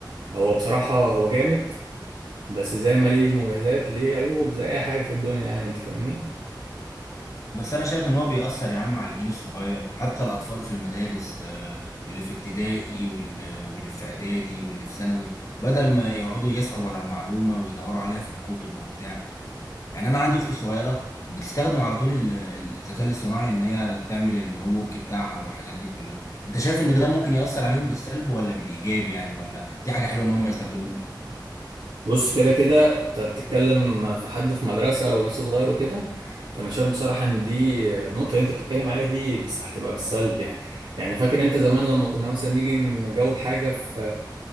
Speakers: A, on the right (about 75°); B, on the left (about 40°).
A: هو بصراحه هو جامد بس زي ما ليه مميزات ليه عيوب زي اي حاجه في الدنيا يعني انت فاهمني
B: بس انا شايف ان هو بيأثر يا عم على الجيل الصغير حتى الاطفال في المدارس آه، اللي في ابتدائي وال- واللي في اعدادي واللي في ثانوي بدل ما يقعدوا يسعوا ورا المعلومه ويدوروا عليها في الكتب وبتاع يعني انا عندي اختي الصغيره بتستخدم على طول ال- ال- الذكاء الاصطناعي ان هي تعمل الهوم ورك بتاعها والحاجات دي كلها انت شايف ان ده ممكن ياثر عليهم بالسلب ولا بالايجاب يعني ولا دي حاجه حلوه ان هم يستخدموه
A: بص كده كده انت بتتكلم في حد في مدرسة ولسه صغير وكده فانا شايف بصراحة ان دي النقطة اللي انت بتتكلم عليها دي بس هتبقى بالسلب يعني يعني فاكر انت زمان لما كنا مثلا نيجي نجاوب حاجة في